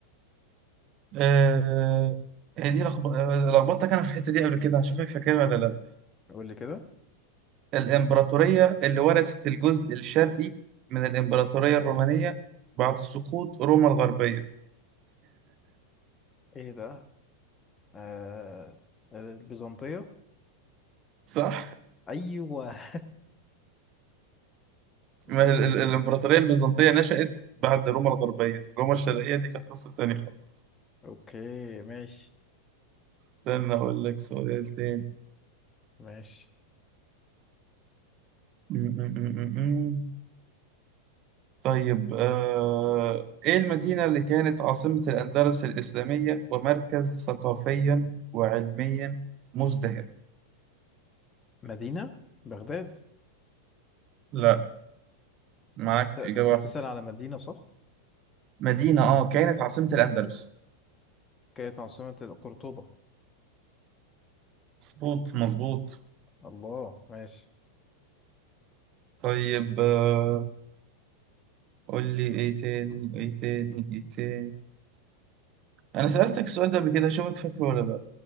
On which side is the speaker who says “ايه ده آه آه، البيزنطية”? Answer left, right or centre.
Left